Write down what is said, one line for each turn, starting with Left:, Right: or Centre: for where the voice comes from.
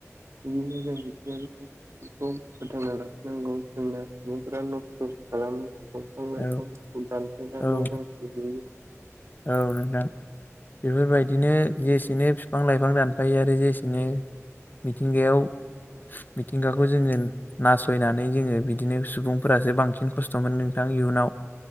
Right: बिदिनो जों मिथिंगायारि समपदफोरखौ फोथांना लाखिनांगौ जोंना सुबुंफोरा नस्थ'। खालामो दंफां लाइफांफोरखौ
Left: औ
Right: दानफायना
Left: औ
Right: न' बांखौ लुयो
Left: औ नोंथां। बेफोरबायदिनो जेसेनो बिफां लाइफां दानफायो आरो जेसेनो। मिथिंगायाव मिथिंगाखौ जोङो नासयनानै जोङो बिदिनो सुबुंफोरासो बांसिन खस्थ' मोनो नोंथां। आं इयुनाव।